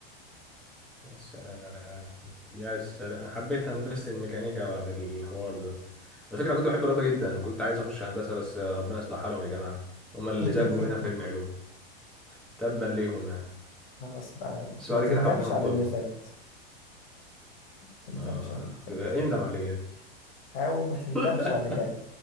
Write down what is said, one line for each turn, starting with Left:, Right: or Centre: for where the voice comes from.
Centre: يا سلام يا سلام انا حبيت هندسه الميكانيكا بعد الحوار ده على فكره أنا كنت بحب الرياضه جدا كنت عايز اخش هندسه بس ربنا يصلح حالهم يا جماعه هم
Left: <laughs>
Centre: اللي زجوا بينا في علم علوم تبا ليهم يعني
Left: خلاص بقى
Centre: بس
Left: ما
Centre: بعد
Left: تندمش
Centre: كده حبينا الطب
Left: على اللي فات ما تندمش
Centre: اه
Left: على اللي فات
Centre: اندم على اللي جاي
Left: حاول ما تندمش
Centre: <laughs>
Left: على اللي جاي